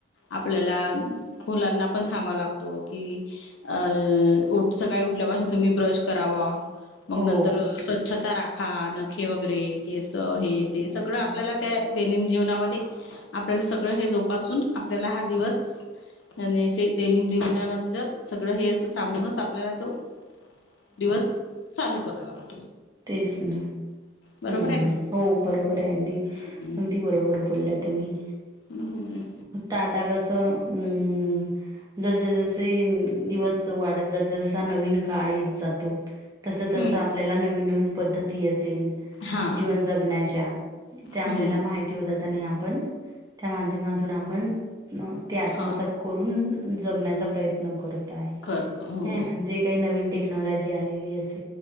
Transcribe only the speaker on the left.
आपल्याला मुलांना पण सांगावा लागतो की अ... उठ सकाळी उठल्यापासून तुम्ही ब्रश करावा... मग
नंतर स्वच्छता राखा नखे वगैरे... केस
हे
ते सगळं
आपल्याला त्या... दैनंदिन जीवनामध्ये आपल्याला सगळं हे जो पासून आपल्याला हा दिवस... आणि असे दैनंदिन जीवनामधलं सगळं हे असं सांगूनच आपल्याला तो... दिवस चालू करा लागत...
बरोबर
आहे ना
हम्म
हम्म
हम्म
हा
हम्म
हा
करतो हो